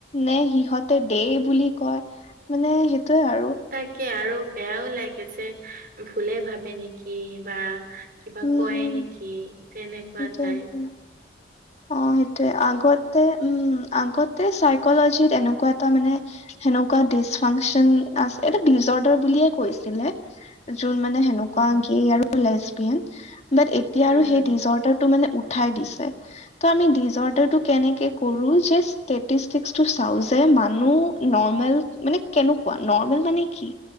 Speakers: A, on the left (about 35°); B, on the right (about 55°).
A: নে সিহঁতে দে বুলি কয় মানে সেইটোয়ে আৰু
B: তাকে আৰু বেয়াও লাগে যে ভলে ভাবে নেকি বা কিবা
A: উম
B: কয়
A: হম
B: নেকি তেনেকুৱা
A: সেইটোয়ে
B: তাই
A: অ সেইটোয়ে আগত উম আগতে চাইকলজিত এনেকুৱা এটা মানে সেনেকুৱা ডিচ ফাংচন আ এটা ডিচ অৰ্ডাৰ বুলিয়ে কৈছিলে যোন মানে সেনেকুৱা
B: উম হুম
A: আৰু লেচবিয়ান ব এতিয়া
B: উম
A: আৰু
B: হুম
A: সেই জৰ্টটো মানে ঠাই দিছে, ত আমিৰ দিজৰ্তৰ কেনেকে কৰো, জাষ্ট ষ্টেটিষ্টিকটো চাও যে মানুহ নৰ্মেল মানে কেনেকুৱা নৰ্মেল মানে কি?